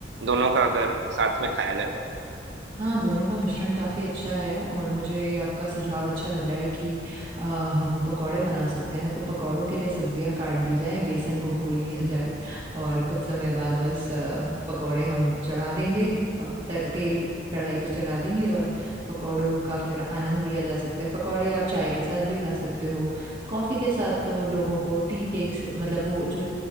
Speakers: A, on the right; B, on the right.
A: दोनों का अगर साथ में खाया जाए तो
B: हाँ दोनों का मिश्रण काफ़ी अच्छा है और मुझे ये आपका सुझाव अच्छा लग रहा है कि अ, हम पकौड़े बना सकते हैं तो पकौड़ों के लिए सब्जियां काट दी जाएं बेसन को घोल लिया जाए और कुछ समय बाद बस अ, पकौड़े हम चढ़ा देंगे अब त- तेल कढ़ाई पे चढ़ा देंगे और पकौड़ों का फिर आनंद लिया जा सकता है पकौड़े आप चाय के साथ भी खा सकते हो कॉफ़ी के साथ तो लोगों को टी केक्स मतलब वो जो